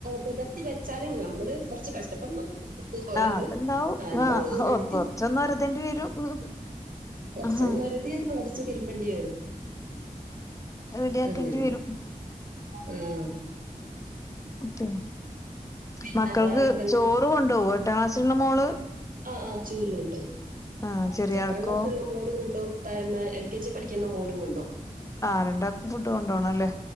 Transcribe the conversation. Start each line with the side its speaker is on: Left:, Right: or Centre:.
Right: പുതിർത്തി വെച്ചാലും ഞ മ്മള് കൊറച്ച് കഷ്ടപ്പെടണം ഒരത്
Left: ആഹ് അത്ണ്ടാവും
Right: നല്ല
Left: ആഹ്
Right: ഒരതി
Left: ഓ കൊറച്ചൊന്ന് ഒരതേണ്ടി വരും ഉം
Right: കുറച്ച
Left: ആഹ്
Right: വെറുതെ മടിച്ചു തിരുമ്പണ്ടി വരും
Left: റെഡി ആക്കേണ്ടി
Right: അങ്ങനെ
Left: വരും
Right: ആഹ്
Left: അത
Right: പിന്നെ
Left: മക്കൾക്ക്
Right: വേറെന്തല്ല
Left: ചോറ് കൊണ്ടോവൊ എട്ടാം ക്ലാസ്സിലുള്ള മോള്
Right: ആഹ ആ് ചോറ് കൊണ്ടോവും
Left: ആഹ് ചെറിയ
Right: എട്ടാം
Left: ആൾക്കോ
Right: ക്ലാസ്സൽ ഉള്ള മോൾ കൊണ്ടോവും താഴെ എൽ കെ ജി പഠിക്കുന്ന മോനും കൊണ്ടോവും
Left: ആ രണ്ടാക്കും ഫുഡ് കൊണ്ടോണംല്ലേ